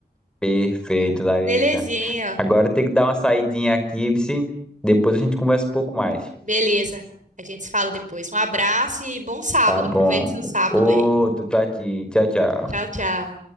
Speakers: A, in the centre; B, on the right.
A: Perfeito, Larissa.
B: Belezinha,
A: Agora eu tenho que dar uma saidinha aqui, vice. Depois a gente conversa um pouco mais.
B: beleza. A gente se fala depois. Um abraço e bom sábado,
A: Tá bom.
B: aproveite seu sábado
A: Outro
B: aí.
A: pra ti. Tchau, tchau.
B: Tchau, tchau.